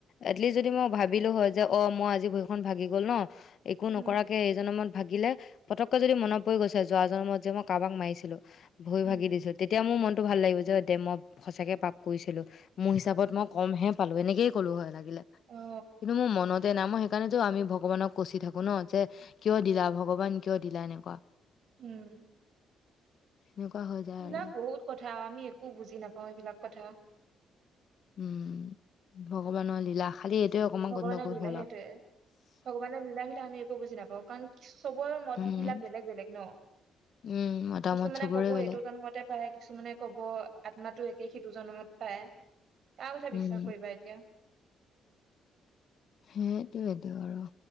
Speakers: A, on the left; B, on the right.
A: এটলিষ্ট যদি মই ভাবিলো হয় যে অ মই আজি ভৰিখন ভাগি গ'ল ন একো
B: উম
A: নকৰাকে এই জনমত ভাগিলে পতককৈ যদি মনত পৰি গৈছে যোৱা জনমত যে মই কাবাক মাৰিছিলো ভয়
B: উম
A: ভাগি দিছো তেতিয়া মোৰ মন। টো ভাল লাগিব যে দে মই সঁচাকে পাপ কৰিছিলো। মোৰ হিচাপত
B: উম
A: মই ক'মহে। পালো এনেকে কলো হয় লাগে
B: অ
A: কিন্তু মোৰ মনত নামৰ সেইকাৰণেতো আমি ভগৱানক কচি থাকো ন যে কিয় দিলা ভগৱান কিয় দিলা এনেকুৱা
B: উম,
A: সেনেকুৱা হৈ যায়
B: সেইবিলাক
A: আৰু
B: বহুত কথা আমি একো বুজি নাপাওঁ এইবিলাক কথা
A: উম, ভগৱানৰ লীলা খালি। এইটোৱে অকমান
B: ভগৱানৰ
A: গণ্ডগোল
B: লীলা
A: হ'ল
B: সেইটয়ে
A: আৰু
B: ভগৱানৰ লীলা বিিলাক আমি ভগবান নিলে সেইটো ভগবান নিলে বুলি একো বুজি নাপাওঁ কাৰণ চবৰে মত
A: উম
B: বিলাক বেলেগ বেলেগ ন
A: উম মতামত
B: কিছুমানে
A: চবৰে
B: কব
A: বেলেগ
B: এইটো জমতে পায় কিছুমানে কব আত্মাটো একে খিত সিটো জনমত হে পায় কাৰ কথা
A: উম
B: বিশ্বাস কৰিবা এতিয়া?
A: সেইটোৱেইটো আৰু